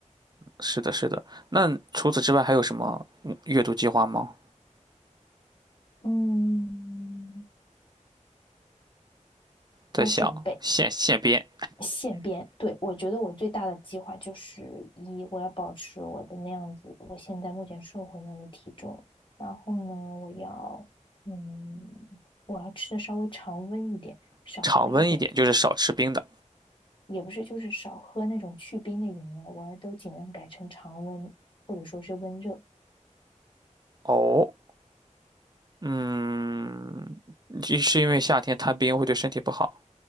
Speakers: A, on the right (about 30°); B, on the left (about 40°).
A: 是的，是的。那除此之外还有什么嗯阅读计划吗？
B: 嗯，
A: 在想现现编，
B: 我准备现编，对，我觉得我最大的计划就是一，我要保持我的那样子，我现在目前瘦回来的体重，然后呢，我要，嗯，我要吃的稍微常温一点，
A: <laughs>
B: 少喝一点，
A: 常温一点，就是少吃冰的。
B: 也不是就是少喝那种去冰的饮料，我要都尽量改成常温或者说是温热，
A: 哦，嗯，就是因为夏天贪冰会对身体不好。